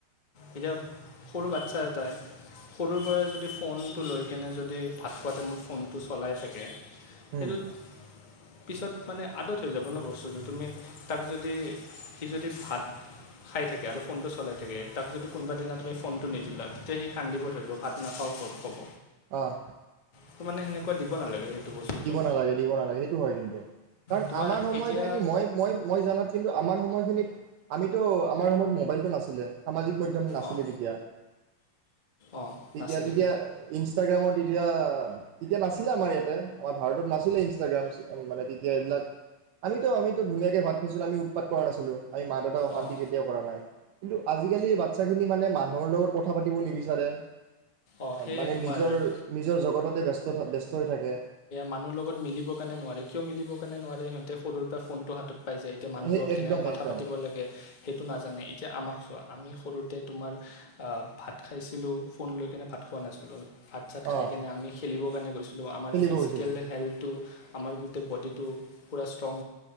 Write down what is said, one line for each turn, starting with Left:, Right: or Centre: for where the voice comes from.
Left: এতিয়া সৰু বাচ্ছা এটাই সৰুৰ পৰাই যদি ফোনটো লৈ কেনে যদি ভাত খোৱা টাইমত ফোনটো চলাই থাকে
Right: উম
Left: সেইটোত পিছত মানে আদত হৈ যাব ন বস্তুটো তুমি তাক যদি সি যদি ভাত খাই থাকে আৰু ফোনটো চলাই থাকে তাক যদি কোনোবা দিনা তুমি ফোনটো নিদিলা তেতিয়া সি কান্দিব ধৰিব ভাত নাখাও ক'ব
Right: অহ
Left: ত মানে সেনেকৈ দিব নালাগে সেইটো বস্তুটো
Right: নালাগে দিব নালাগে সেইটো হয় কিন্তু কাৰণ
Left: তোমাৰ
Right: আমাৰ সময়খিনি
Left: এতিয়া
Right: মই মই মই জানাত কিন্তু আমাৰ সময়ত সময়খিনিত আমিতো আমাৰ সময়ত মোবাইলটো নাছিলে সামাজিক মাধ্যম নাছিলে
Left: অঁ
Right: তেতিয়া
Left: অঁ
Right: তেতিয়া
Left: নাছিলে
Right: তেতিয়া ইনষ্টাগ্ৰামত তেতিয়া তেতিয়া নাছিলে আমাৰ ইয়াতে আমাৰ ভাৰতত নাছিলে ইনষ্টাগ্ৰাম মানে তেতিয়া এইবিলাক আমিতো আমিতো ধুনীয়াকে ভাত ফিছ ওলালেও উৎপাত কৰা নাছিলোঁ। আমি মা দেউতাক অশান্তি
Left: অঁ
Right: কেতিয়াও কৰা নাই। কিন্তু আজিকালি বাচ্ছাখিনি মানে মানুহৰ লগত কথা পাতিব নিবিচাৰে
Left: অঁ সেই
Right: মানে
Left: তোমাৰ
Right: নিজৰ নিজৰ জগততে ব্যস্ত ব্যস্ত হৈ থাকে
Left: মানুহ লগত মিলিব কাৰণে নোৱাৰে কিয় মিলিব কাৰণে নোৱাৰে সিহতে সৰুৰ পৰা ফোনতটো হাতত পাই যায় এতিয়া মানুহৰ
Right: সেই
Left: লগত
Right: একদম
Left: কেনেকৈ কথা
Right: একদম
Left: পাতিব লাগে সেইটো নাজানে এতিয়া আমাক চোৱা আমি সৰুতে তোমাৰ ভাত খাইছিলোঁ ফোন লৈ কেনে ভাত খোৱা নাছিলোঁ ভাত চাত খাই
Right: অঁ
Left: কিনে আমি খেলি কাৰণে গৈছিলোঁ লো আমাৰ
Right: খেলিব
Left: ফিজিকেল
Right: গৈছিলোঁ
Left: হেল্থটো আমাৰ গোটেই বডিটো পুৰা ষ্ট্ৰং